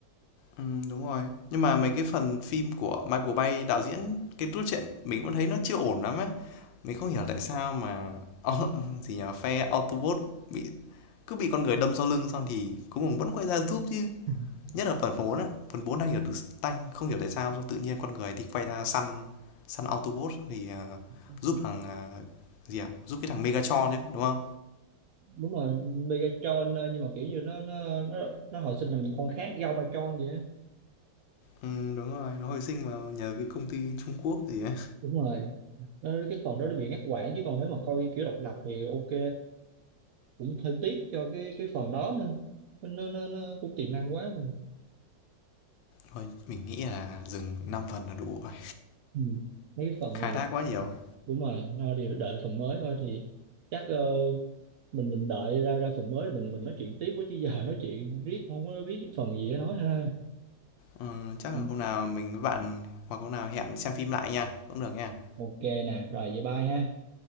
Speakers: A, on the left; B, on the right.
A: Ừm, đúng rồi. Nhưng mà mấy cái phần phim của Michael Bay đạo diễn cái cốt truyện mình cũng thấy nó chưa ổn lắm ấy. Mình không hiểu tại sao mà au- <laughs> gì nhỉ, phe Autobot bị cứ bị con người đâm sau lưng xong thì cuối cùng vẫn quay ra giúp chứ.
B: <laughs>
A: Nhất là phần 4 á, phần 4 đang hiểu được tanh, không hiểu tại sao xong tự nhiên con người thì quay ra săn săn Autobot thì ờ,
B: Ừ.
A: giúp thằng ờ, gì à, giúp cái thằng Megatron đấy, đúng không?
B: đúng rồi Megatron ờ, nhưng mà kiểu như nó nó nó, nó hồi sinh thành con khác Gao Galvatron vậy á
A: Ừ, đúng rồi, nó hồi sinh vào nhờ cái công ty Trung Quốc gì ấy.
B: đúng rồi Ờ, cái phần đó nó bị ngắt quãng chứ còn nếu mà coi kiểu độc lập thì ok cũng hơi tiếc cho cái cái phần đó ha. nó nó nó cũng tiềm năng quá
A: Thôi, mình nghĩ là dừng 5 phần là đủ rồi.
B: ừ. mấy cái phần
A: Khai
B: này
A: thác quá nhiều rồi.
B: đúng rồi thôi thì đợi phần mới thôi thì chắc ờ, mình mình đợi ra ra phần mới mình mình nói chuyện tiếp với chứ giờ nói chuyện riết không có biết phần gì để nói ha
A: Ờ, chắc
B: Ừ.
A: là hôm nào mình với bạn hoặc hôm nào hẹn xem phim lại nha, cũng được nha.
B: ok nè rồi vậy bye ha